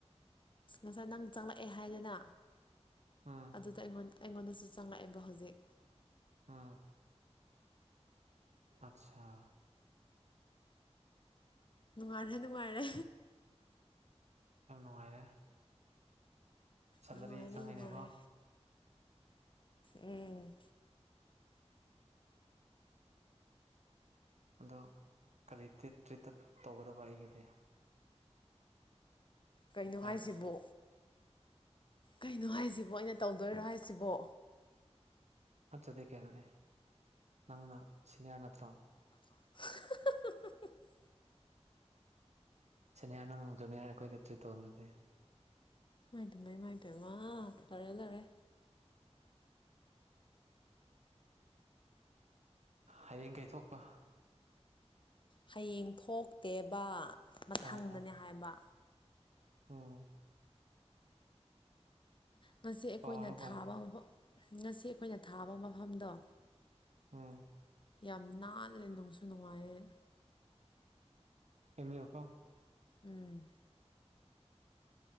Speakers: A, on the left; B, on the right.
A: ꯉꯁꯥꯏ ꯅꯪ ꯆꯪꯂꯛꯑꯦ ꯍꯥꯏꯗꯅ
B: ꯎꯝ
A: ꯑꯗꯨꯗ ꯑꯩꯉꯣꯟꯗ ꯑꯩꯉꯣꯟꯗꯁꯨ ꯆꯪꯂꯛꯑꯦꯕ ꯍꯧꯖꯤꯛ
B: ꯎꯝ ꯑꯆꯁꯥ
A: ꯅꯨꯡꯉꯥꯏꯔꯦ ꯅꯨꯡꯉꯥꯏꯔꯦ
B: ꯌꯥꯝ ꯅꯨꯡꯉꯥꯏꯔꯦ ꯁꯦꯂꯔꯤ
A: ꯅꯨꯡꯉꯥꯏꯔꯦ
B: ꯆꯪꯉꯤꯅꯦꯀꯣ
A: ꯅꯨꯡꯉꯥꯏꯔꯦ ꯎꯝ
B: ꯑꯗꯣ ꯀꯔꯤ ꯇ꯭ꯔꯤꯠꯇ ꯇꯧꯒꯗꯕ ꯑꯩꯒꯤꯗꯤ
A: ꯀꯩꯅꯣ ꯍꯥꯏꯁꯤꯕꯣ
B: ꯑꯥ
A: ꯀꯩꯅꯣ ꯍꯥꯏꯁꯤꯕꯣ ꯑꯩꯅ ꯇꯧꯗꯣꯏꯔꯣ ꯍꯥꯏꯁꯤꯕꯣ
B: ꯃꯠꯇꯗꯤ ꯀꯩꯅ ꯑꯦ ꯅꯪꯅ ꯁꯅꯤꯌꯥꯔꯅ꯭ꯇꯔꯣ
A: <inaudible>
B: ꯁꯅꯤꯌꯥꯔ ꯅꯪꯅ ꯖꯨꯅꯤꯌꯥꯔ ꯑꯩꯀꯣꯏꯗ ꯇ꯭ꯔꯤꯠ ꯇꯧꯗꯧ ꯅꯠꯇꯦ꯫
A: ꯃꯥꯏꯗꯤ ꯃꯩ ꯃꯥꯏꯗꯃ ꯂꯩꯔꯦ ꯂꯩꯔꯦ
B: ꯍꯌꯦꯡ ꯀꯩꯊꯣꯛꯄ
A: ꯍꯌꯦꯡ ꯊꯣꯛꯇꯦꯕ ꯃꯊꯪꯗꯅꯦ
B: ꯑꯣ
A: ꯍꯥꯏꯕ
B: ꯎꯝ
A: ꯉꯁꯤ ꯑꯩꯈꯣꯏꯅ
B: ꯄꯥꯔꯣ ꯄꯥꯔꯣ
A: ꯊꯥꯕ ꯃꯐꯝ ꯉꯁꯤ ꯑꯩꯈꯣꯏꯅ ꯊꯥꯕ ꯃꯐꯝꯗꯣ
B: ꯎꯝ
A: ꯌꯥꯝ ꯅꯥꯜꯂꯦ ꯅꯨꯡꯁꯨ ꯅꯨꯡꯉꯥꯏꯌꯦ
B: ꯀꯦꯝꯀꯣ
A: ꯎꯝ